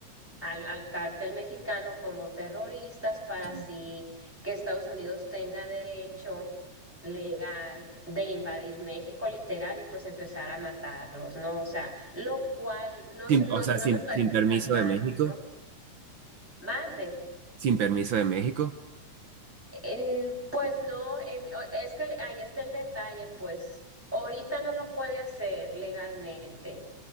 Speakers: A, in the centre; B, on the right.
A: al, al cártel mexicano como terroristas para
B: sí.
A: así que Estados Unidos tenga derecho legal de invadir México literal y pues empezar a matarlos, ¿no? O sea, lo cual no,
B: Sin-
A: se- no,
B: o sea,
A: no
B: sin,
A: me parece
B: sin permiso
A: tan malo,
B: de México.
A: ¿no? Mande.
B: Sin permiso de México.
A: En- pues no, en- o- es que ahí está el detalle, pues ahorita no lo puede hacer legalmente.